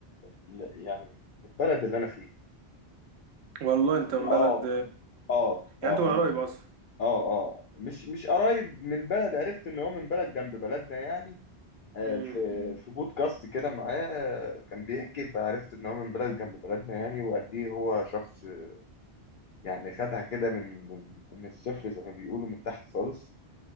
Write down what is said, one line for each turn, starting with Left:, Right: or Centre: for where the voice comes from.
Left: اللي- يعني من البلد اللي أنا فيه
Right: والله انت
Left: آه
Right: من بلد
Left: آه
Right: يعني
Left: آه
Right: انت من قريب اصلا
Left: اه اه مش مش قريب من البلد عرفت ان هو من بلد جنب بلدنا يعني آه،
Right: امم
Left: في في بودكاست كده معاه آه، كان بيحكي فعرفت ان هو من بلد جنب بلدنا يعني وقد ايه هو شخص آه، يعني خدها كده من من من الصفر زي ما بيقولوا من تحت خالص